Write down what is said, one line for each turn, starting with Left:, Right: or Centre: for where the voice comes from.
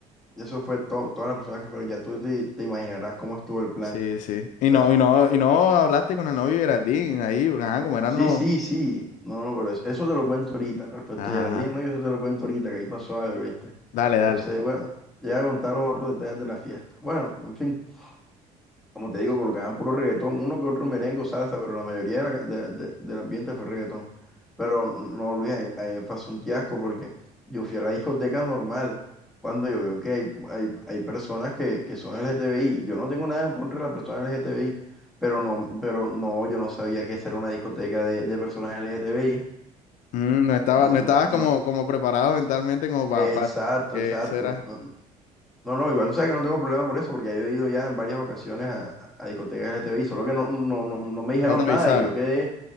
Centre: eso fue todo, todas las personas que fueron. Ya tú te, te imaginarás cómo estuvo el plan.
Left: sí,
Centre: O
Left: sí. Y
Centre: sea,
Left: no, y no, y no hablaste con el novio de Geraldine ahí, porque, ajá, como eran
Centre: sí,
Left: los.
Centre: sí, sí. No, no, pero eso, eso te lo cuento ahorita. Respecto
Left: Ajá,
Centre: a Geraldine,
Left: ajá.
Centre: no, yo eso te lo cuento ahorita, que ahí pasó algo, ¿viste?
Left: Dale,
Centre: Entonces,
Left: dale.
Centre: bueno, te voy a contar los otros detalles de la fiesta. Bueno, en fin. Como te digo, colocaban puro reggaetón, uno que otro merengue o salsa, pero la mayoría de la de- de- del ambiente fue reggaetón. Pero no, Luis, ahí, ahí pasó un fiasco porque yo fui a la discoteca normal cuando yo veo que hay, hay, hay personas que, que son LGTBI. Yo no tengo nada en contra de las personas LGTBI, pero no, pero no, yo no sabía que esa era una discoteca de, de personas LGTBI.
Left: Mm, no estaba,
Centre: No,
Left: no estabas
Centre: no,
Left: como, como preparado mentalmente como
Centre: exacto,
Left: para, que
Centre: exacto.
Left: eso era.
Centre: no, No, no, igual tú sabes que no tengo problema por eso, porque yo he ido ya en varias ocasiones a, a discotecas LTBI, solo que no, no, no, no me dijeron
Left: No te avisaron.
Centre: nada y yo quedé,